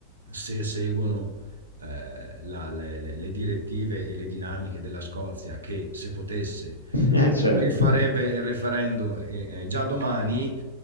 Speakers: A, on the right; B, on the left.
A: se seguono eh, la- le, le- le direttive e le dinamiche della Scozia, che se potesse eh,
B: <laughs> Eh, certo.
A: rifarebbe il referendum eh, eh, già domani,